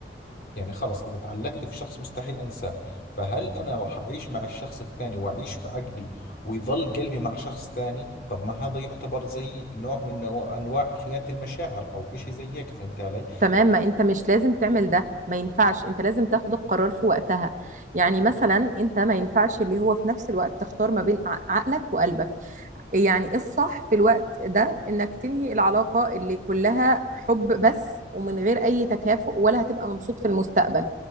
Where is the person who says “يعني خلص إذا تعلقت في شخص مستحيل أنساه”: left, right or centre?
Left